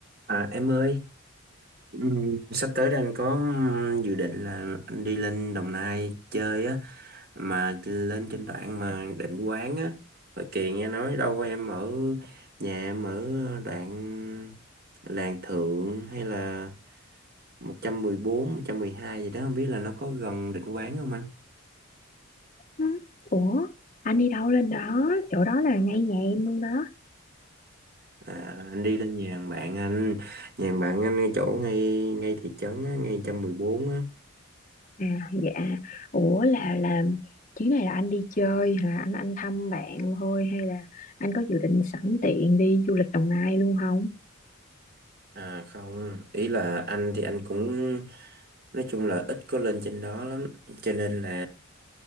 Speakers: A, on the right; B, on the left.
A: À, em ơi, ừm, sắp tới đây anh có ừm, dự định là anh đi lên Đồng Nai chơi á, mà lên trên đoạn mà định quán á. Hồi kìa nghe nói đâu em ở nhà em ở đoạn Làng Thượng hay là một một trăm trăm mười bốn một trăm mười hai gì đó, không biết là nó có gần định quán không anh?
B: Ừ. Ủa, anh đi đâu lên đó? Chỗ đó là ngay nhà em luôn đó.
A: À, anh đi lên nhà thằng bạn anh, nhà thằng bạn anh ngay chỗ ngay ngay thị trấn á, ngay 114 á.
B: À, dạ. Ủa là là chuyến này là anh đi chơi hả? Anh anh thăm bạn thôi hay là anh có dự định sẵn tiện đi du lịch Đồng Nai luôn không?
A: À không, ý là anh thì anh cũng nói chung là ít có lên trên đó lắm, cho nên là